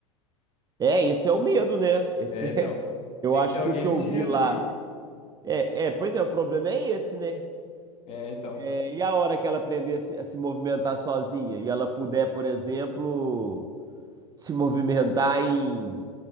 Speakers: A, on the right (about 20°); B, on the left (about 35°).
A: É, esse é o medo, né? Esse
B: É, então,
A: é... Eu
B: tem
A: acho
B: que ter alguém
A: que o que
B: vigiando
A: eu vi lá.
B: ali.
A: É, é, pois é, o problema é esse, né?
B: É, então.
A: É, e a hora que ela aprender a se, a se movimentar sozinha e ela puder, por exemplo, se movimentar em,